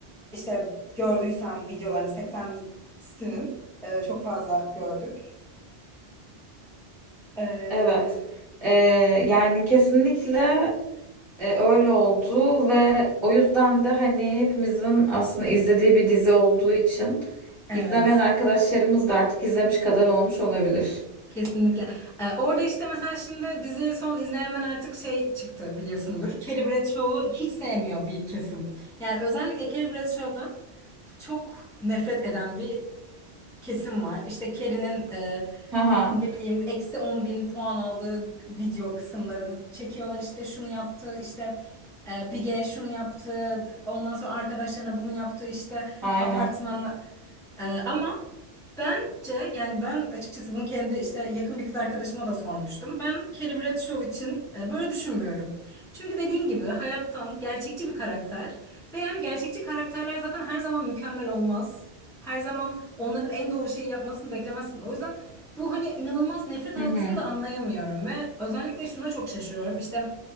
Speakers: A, in the centre; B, on the right.
A: işte gördüysem videolarını 80'sinin e, çok fazla gördük. Ee,
B: Evet. E, yani kesinlikle E, öyle oldu ve o yüzden de hani hepimizin aslında izlediği bir dizi olduğu için izlemeyen
A: Evet,
B: arkadaşlarımız da artık izlemiş kadar olmuş olabilir.
A: kesinlikle. Ee, orada işte mesela şimdi diziyi son izleyenler artık şey çıktı biliyorsundur. Carrie Bradshaw'u hiç sevmiyor bir kesim. Yani özellikle Carrie Bradshaw'dan çok nefret eden bir kesim var. İşte Carrie'nin e,
B: Haha,
A: ne bileyim eksi on bin puan aldığı video kısımlarını çekiyorlar işte şunu yaptı işte e, Bige şunu yaptı ondan sonra arkadaşlarına bunu yaptı işte
B: aynen.
A: apartmanla E, ama bence yani ben açıkçası bunu kendi işte yakın bir kız arkadaşıma da sormuştum. Ben Carrie Bradshaw için e, böyle düşünmüyorum. Çünkü dediğin gibi hayattan gerçekçi bir karakter ve yani gerçekçi karakterler zaten her zaman mükemmel olmaz. Her zaman onların en doğru şeyi yapmasını beklemezsin. O yüzden bu hani inanılmaz nefret algısını
B: Hı hı.
A: da anlayamıyorum ve özellikle şuna çok şaşırıyorum. İşte